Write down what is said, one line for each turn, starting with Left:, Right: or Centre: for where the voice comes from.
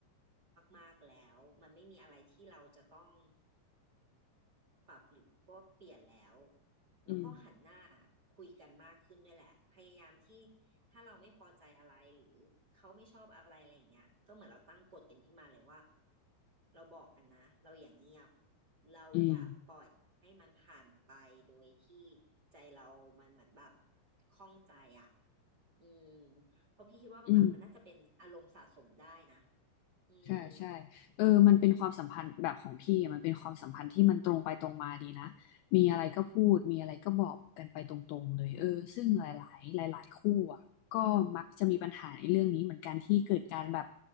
Right: มากๆแล้วมันไม่มีอะไรที่เราจะต้อง ปรับหรือว่าเปลี่ยนแล้วแล้วก็หันหน้า
Left: อืม
Right: คุยกันมากขึ้นด้วยแหละพยายามที่ถ้าเราไม่พอใจอะไรหรือเขาไม่ชอบอะไรอะไรอย่างเงี้ยก็เหมือนเราตั้งกฎกันขึ้นมาเลยว่าเราบอกกันนะเราอย่าเงียบเราอย่าปล่อยให้มันผ่านไปโดยที่
Left: อืม
Right: ใจเรามันเหมือนแบบข้องใจอ่ะอืมเพราะพี่คิดว่าแบบมันน่าจะเป็นอารมณ์
Left: อืม
Right: นะอืม
Left: ใช่ใช่เออมันเป็นความสัมพันธ์แบบของพี่อะมันเป็นความสัมพันธ์ที่มันตรงไปตรงมาดีนะมีอะไรก็พูดมีอะไรก็บอกกันไปตรงๆเลยเออซึ่งหลายๆหลายๆคู่อ่ะก็มักจะมีปัญหาในเรื่องนี้เหมือนกันที่เกิดการแบบ